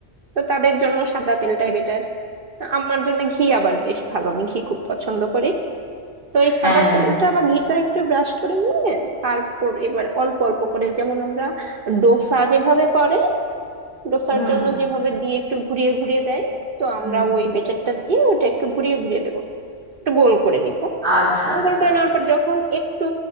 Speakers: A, on the right; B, on the right.
A: তো তাদের জন্য সাদা তেলটাই বেটার আমার জন্য ঘি আবার বেশ ভালো আমি ঘি খুব পছন্দ করি তো এই
B: হ্যাঁ।
A: সাদা তেলটা বা ঘিটা একটু ব্রাশ করে নিয়ে তারপর এবার অল্প অল্প করে যেমন আমরা ডোসা যেভাবে করে ডোসার
B: হুম,
A: জন্য যেভাবে দিয়ে একটু ঘুরিয়ে ঘুরিয়ে দেয় তো
B: হুম।
A: আমরা ওই বেটারটা দিয়ে ওটা একটু ঘুরিয়ে ঘুরিয়ে দেবো একটু গোল করে নিব
B: আচ্ছা, আচ্ছা।
A: গোল করে নেওয়ার পর যখন একটু